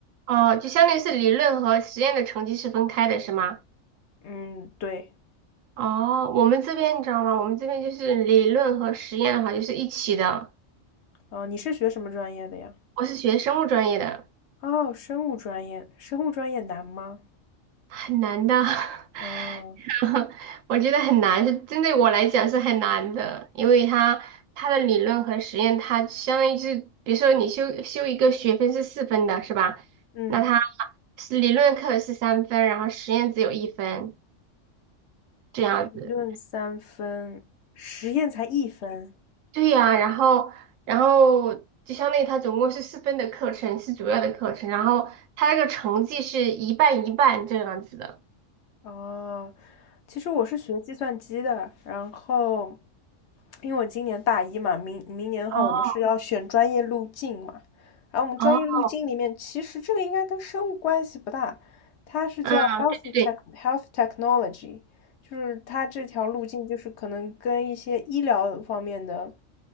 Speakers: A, on the right (about 90°); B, on the left (about 65°).
A: 哦，就相当于是理论和实验的成绩是分开的，是吗？
B: 嗯，对，
A: 哦，我们这边你知道吗？我们这边就是理论和实验的话就是一起的。
B: 呃，你是学什么专业的呀？
A: 我是学生物专业的，
B: 哦，生物专业，生物专业难吗？
A: 很难的。<laughs>
B: 嗯
A: <laughs> 我觉得很难，是针对我来讲是很难的，因为它它的理论和实验，它相当于是，比如说你修修一个学分是四分的，是吧？
B: 嗯，
A: 那它是理论课是三分，然后实验只有一分这样子。
B: 理论三分，实验才一分。
A: 对呀、然后然后就相当于它总共是四分的课程是主要的课程，然后它那个成绩是一半一半这样子的。
B: 哦，其实我是学计算机的，然后因为我今年大一嘛，明明年的话，
A: 哦，
B: 我们是要选专业路径嘛，然后我们专业路径里面，
A: 哦，
B: 其实这个应该跟生物关系不大，它是叫
A: 嗯，
B: healthy
A: 对对对，
B: tech health y technology，就是它这条路径就是可能跟一些医疗方面的